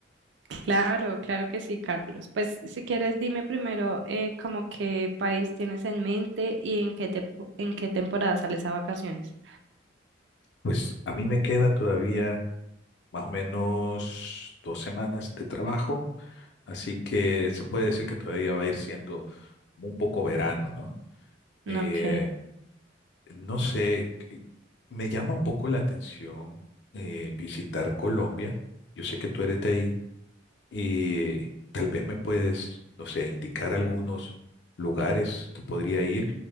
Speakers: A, on the right; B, on the left.
A: Claro, claro que sí, Carlos. Pues si quieres, dime primero eh, como qué país tienes en mente y en qué te- en qué temporada sales a vacaciones.
B: Pues a mí me queda todavía más o menos dos semanas de trabajo, así que se puede decir que todavía va a ir siendo un poco verano, ¿no? Eh,
A: Ok,
B: no sé, eh, me llama un poco la atención eh, visitar Colombia. Yo sé que tú eres de ahí. Y tal vez me puedes, no sé, indicar algunos lugares que podría ir